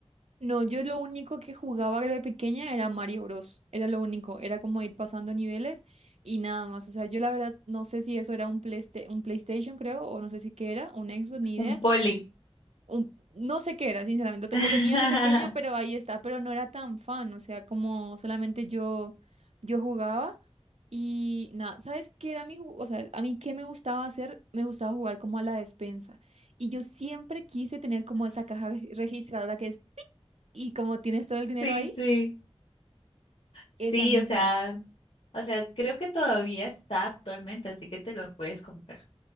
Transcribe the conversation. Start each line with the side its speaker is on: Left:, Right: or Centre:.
Right: No, yo lo único que jugaba de pequeña era Mario Bros. Era lo único, era como ir pasando niveles y nada más. O sea, yo la verdad no sé si eso era un Playste- un PlayStation, creo, o no sé si qué era, un Xbox, ni idea.
Left: Un poli.
Right: Un, no sé qué era, sinceramente. Lo, te-
Left: <laughs>
Right: lo tenía de pequeña, pero ahí está, pero no era tan fan. O sea, como solamente yo, yo jugaba y nada. ¿Sabes qué era mi ju- O sea, a mí qué me gustaba hacer, me gustaba jugar como a la despensa. Y yo siempre quise tener como esa caja re- registradora que y como tienes todo el dinero
Left: Sí,
Right: ahí,
Left: sí. Sí,
Right: esa misma.
Left: o sea, o sea, creo que todavía está actualmente, así que te lo puedes comprar.